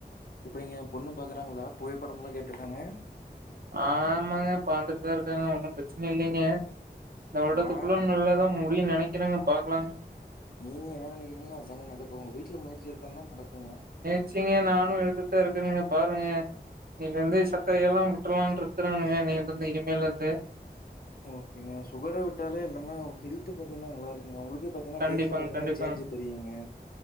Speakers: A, on the left; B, on the right.
A: எப்டிங்க பொண்ணு பாக்கறாங்ளா புகைபடமெல்லா கேட்டிருக்காங்க
B: ஆமாங்க பாத்துட்டுதா இருக்காங்க ஒன்னு பிரச்சனை இல்லைங்க இந்த வருடத்துக்குள்ள
A: நான்
B: நல்லாதா முடியுனு நெனைக்கிறன்ங்க பாக்கலாங்
A: நீங்க என்ன நெனைக்கிறீங்ளோ அதாங்க நடக்கு உங்க வீட்ல முயற்சி எடுத்தாங்கன்னா நடக்குங்க
B: முயற்ச்சீங்க நானு எடுத்துட்டுதா இருக்கங்க பாருங்க இன்னிலந்து சக்கர எல்லா விட்றலான்ட்டு இருக்கறங்க இன்னைலந்து இனிமேலுந்து
A: ஓகேங்க சுகரே விட்டாலே எல்லாமே ஹெல்த் பாத்தீங்னா நல்லா இருக்குங்க உங்களுக்கே பா த்தீங்னா
B: கண்டிப்பாங்க,
A: ஃபேஸ்ல பாத்தீங்னா
B: கண்டிப்பாங்க.
A: சேஞ்சு தெரியுங்க